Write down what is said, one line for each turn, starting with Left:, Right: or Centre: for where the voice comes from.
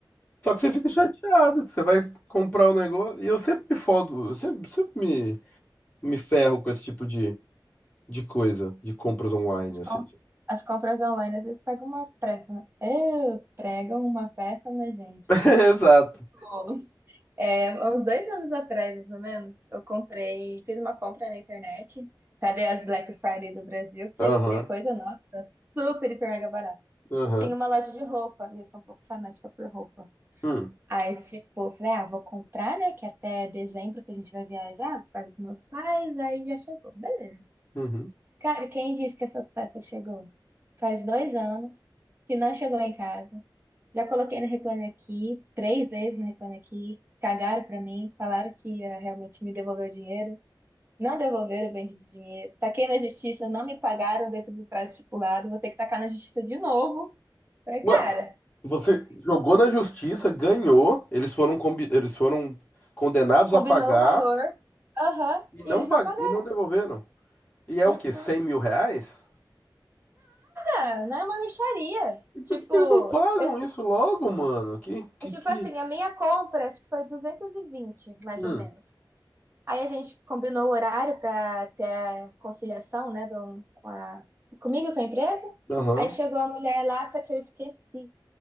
Left: Só que você fica chateado, que você vai comprar o negócio. E eu sempre me fodo, eu sempre, sempre me, me ferro com esse tipo de, de coisa, de compras online,
Right: As, com-
Left: assim.
Right: as compras online às vezes pegam umas pressas, né? Eu, pregam uma peça, né, gente?
Left: <laughs> Exato.
Right: Pô. É, há uns dois anos atrás, mais ou menos, eu comprei, fiz uma compra na internet, sabe as Black Friday do Brasil, que você
Left: Aham,
Right: vê coisa, nossa, super, hiper, mega barata.
Left: aham.
Right: Tinha uma loja de roupa, e eu sou um pouco fanática por roupa.
Left: Hum,
Right: Aí, tipo, eu falei, ah, vou comprar, né, que até dezembro que a gente vai viajar, para os meus pais, aí já chegou, beleza.
Left: uhum.
Right: Cara, quem disse que essas peças chegou? Faz dois anos que não chegou em casa. Já coloquei no Reclame Aqui, três vezes no Reclame Aqui, cagaram pra mim, falaram que ia realmente me devolver o dinheiro, não devolveram o bendito dinheiro, taquei na justiça, não me pagaram dentro do prazo estipulado, vou ter que tacar na justiça de novo. Falei,
Left: Ué,
Right: cara,
Left: Você jogou na justiça, ganhou, eles foram, combi- eles foram condenados
Right: combinou
Left: a pagar
Right: o valor, aham,
Left: e não,
Right: e eles
Left: pag...
Right: não pagaram.
Left: e não devolveram. E é
Right: Hum,
Left: o quê? cem
Right: hum.
Left: mil reais?
Right: Nada, não é uma mixaria.
Left: E por
Right: Tipo,
Left: que que eles não pagam
Right: eu,
Left: isso logo, mano? Que, que,
Right: é tipo
Left: que...
Right: assim, a minha compra acho que foi 220 mais
Left: Hum,
Right: ou menos. Aí a gente combinou o horário para ter a conciliação, né, do, com a, comigo e com a empresa.
Left: aham.
Right: Aí chegou a mulher lá, só que eu esqueci.